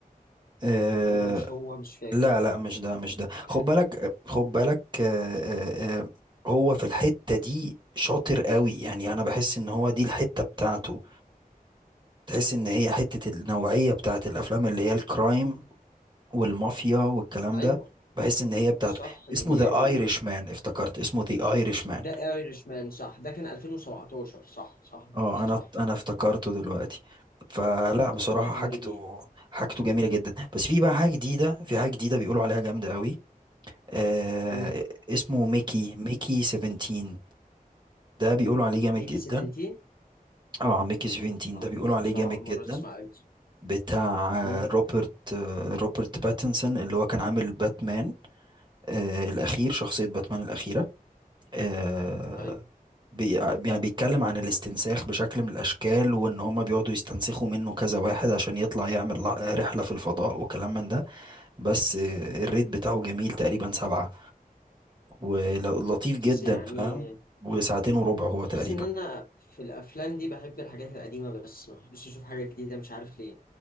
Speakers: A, on the right; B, on the left.
A: آه،
B: ولا مش هو مش فاكر
A: لا لا مش ده مش ده خد
B: آه،
A: بالك خد بالك آه،
B: مم.
A: آه، آه، هو في الحتة دي شاطر قوي يعني انا بحس ان هو دي الحتة بتاعته تحس ان هي حتة النوعية بتاعت الافلام اللي هي الكرايم والمافيا والكلام
B: ايوه
A: ده بحس ان هي بتاعته
B: صح دينيرو
A: اسمه ذا ايرش مان افتكرت اسمه ذا ايرش مان
B: ده ايرش مان صح ده كان 2017 صح صح
A: اه
B: صح
A: انا انا افتكرته دلوقتي فلا بصراحة
B: ده كان
A: حاجته
B: جديد
A: حاجته جميلة جدا بس في بقى حاجة جديدة في حاجة جديدة بيقولوا عليها جامدة قوي آه
B: مم.
A: اسمه ميكي ميكي 17 ده بيقولوا عليه جامد
B: ميكي
A: جدا
B: 17
A: اه ميكي 17
B: ما
A: ده
B: اعرفوش
A: بيقولوا عليه
B: بصراحه
A: جامد
B: اول مره
A: جدا
B: اسمع عنه
A: بتاع
B: مم.
A: آه، روبرت آه، روبرت باتنسون اللي هو كان عامل باتمان آه الأخير
B: مم.
A: شخصية باتمان الأخيرة آه
B: ايوه
A: بي يعني بيتكلم عن الاستنساخ بشكل من الأشكال وإن هما بيقعدوا يستنسخوا منه كذا واحد عشان يطلع يعمل لا- رحلة في الفضاء وكلام من ده بس آه، الريت بتاعه جميل تقريبا سبعة ولطيف جدا
B: بس يعني
A: فاهم وساعتين وربع هو تقريبا
B: بحس ان انا في الافلام دي بحب الحاجات القديمه بس ما بحبش اشوف حاجه جديده مش عارف ليه